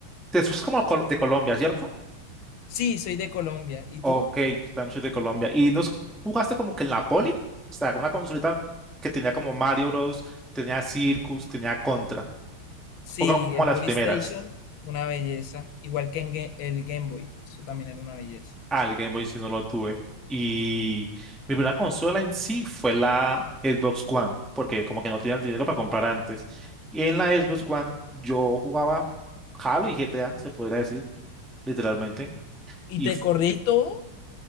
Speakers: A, in the centre; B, on the left.
A: te sos como col- de Colombia, ¿cierto?
B: Sí, soy de Colombia. ¿Y
A: Ok,
B: tú?
A: yo también soy de Colombia. ¿Y nos jugaste como que en la poli? O sea, una consolita que tenía como Mario Bros, tenía Circus, tenía Contra.
B: Sí,
A: Fue como como
B: el
A: las
B: PlayStation
A: primeras.
B: una belleza. Igual que en Ga- el Game Boy, eso también era una belleza.
A: al Game Boy si no lo tuve. Y mi primera consola en sí fue la Xbox One, porque como que no tenía el dinero para comprar antes. Y en la Xbox One yo jugaba Halo y GTA, se podría decir, literalmente.
B: ¿Y
A: Y
B: te
A: f-
B: corrí todo?